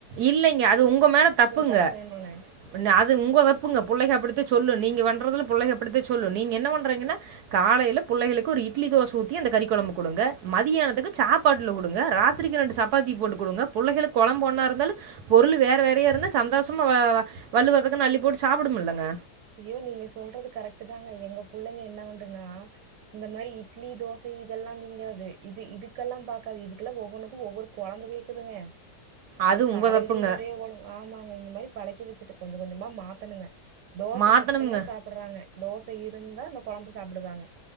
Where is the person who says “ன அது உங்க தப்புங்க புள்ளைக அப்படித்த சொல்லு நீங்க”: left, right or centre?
Right